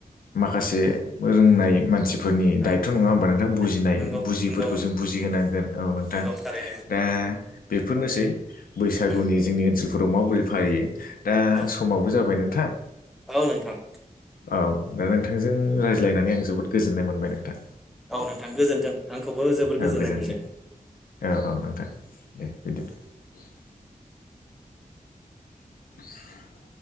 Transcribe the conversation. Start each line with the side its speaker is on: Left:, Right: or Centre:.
Left: माखासे रोंनाय मानसि फोरनि
Centre: औ
Left: दायथ' नङा होमबा नोंथां बुजिनाय
Centre: दे नंगौ
Left: बुजिफोरखौ
Centre: नंगौ नंगौ
Left: जों बुजिहोनांगोन औ नोंथां
Centre: नंगौ थारैनो नोंथां।
Left: दा बे बेफोरनोसै बैसागुनि
Centre: उम
Left: जोंनि ओनसोलफोराव माबोरै फालियो दा
Centre: उम
Left: समावबो जाबाय नों
Centre: औ नोंथां
Left: औ दा नोंथांजों रायज्लायनानै आं जोबोद गोजोननाय मोनबाय नोंथां
Centre: औ नोंथां गोजोन्थों आंखौबो जोबोर
Left: औ
Centre: गोजोननाय
Left: गोजोन्थों
Centre: मोनदों
Left: औ औ नोंथां दे <unintelligible> <inaudible>